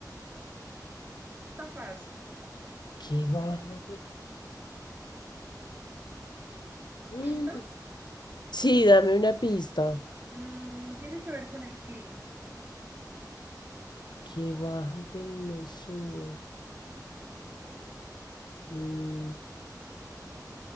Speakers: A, on the right; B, on the left.
A: Está fácil.
B: que baja, pero... Mm,
A: ¿Pistas?
B: Sí, dame una pista.
A: Mm, tiene que ver con el clima.
B: Que baja, pero no sube. Mm,